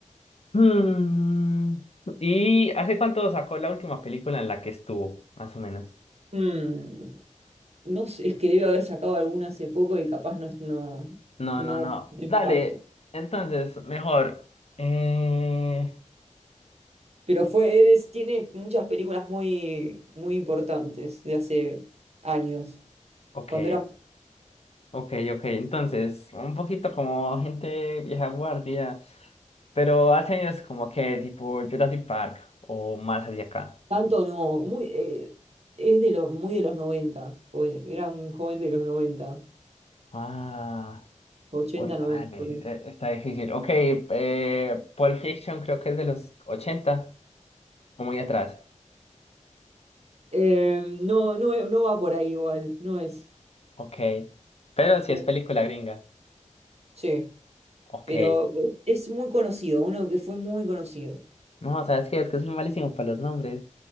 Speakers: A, on the left; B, on the right.
A: Hmm, ¿Y hace cuánto sacó la última película en la que estuvo, más o menos?
B: Mm, no sé, es que debe haber sacado alguna hace poco y capaz no es- no,
A: No,
B: no
A: no, no.
B: hubo
A: Dale,
B: impacto.
A: entonces, mejor. Eh...
B: Pero fue, él es- tiene muchas películas muy, muy importantes de hace años.
A: Ok,
B: Cuando era
A: ok, ok. Entonces, un poquito como gente vieja guardia, pero hace años como que tipo Jurassic Park o más hacia acá.
B: tanto, no, muy, eh, es de lo, muy de los noventa joven- era un joven de los noventa
A: Ah,
B: ochenta
A: uy,
B: 90
A: dale,
B: por ahí.
A: eh, está difícil. Ok, eh, Pulp Fiction creo que es de los 80 o muy atrás.
B: Eh, no, no, e- no va por ahí igual, no es,
A: Ok. Pero si
B: creo.
A: es película gringa.
B: Sí,
A: Ok.
B: pero es es muy conocido, uno que fue muy conocido.
A: No, ¿sabes qué? Es que soy malísimo para los nombres.